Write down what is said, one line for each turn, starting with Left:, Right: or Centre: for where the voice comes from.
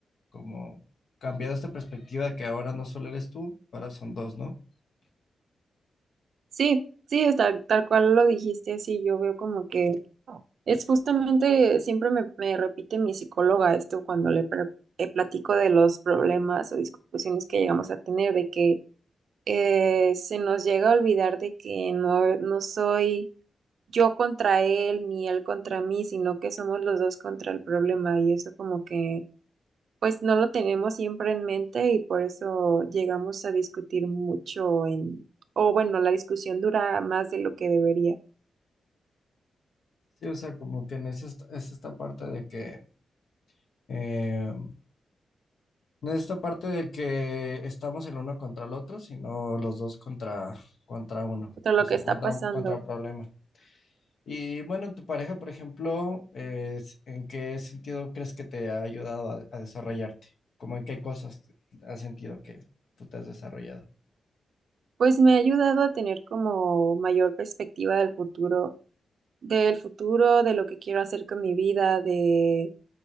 Left: como cambiado esta perspectiva que ahora no solo eres tú, ahora son dos, ¿no?
Right: Sí, sí, es tal, tal cual lo dijiste así, yo veo como que es justamente, siempre me, me repite mi psicóloga esto cuando le pre- eh, platico de los problemas o discusiones que llegamos a tener, de que eh, se nos llega a olvidar de que no, no soy yo contra él ni él contra mí, sino que somos los dos contra el problema y eso como que pues no lo tenemos siempre en mente y por eso llegamos a discutir mucho en, o bueno, la discusión dura más de lo que debería,
Left: Sí, o sea, como que en esa est- es esta parte de que, eh, no es esta parte de que estamos el uno contra el otro, sino los dos contra, contra uno,
Right: de lo
Left: o sea,
Right: que está
Left: contra,
Right: pasando.
Left: contra problemas. Y bueno, tu pareja, por ejemplo, es- ¿en qué sentido crees que te ha ayudado a, a desarrollarte? ¿Cómo en qué cosas te- has sentido que tú te has desarrollado?
Right: Pues me ha ayudado a tener como mayor perspectiva del futuro, del futuro, de lo que quiero hacer con mi vida, de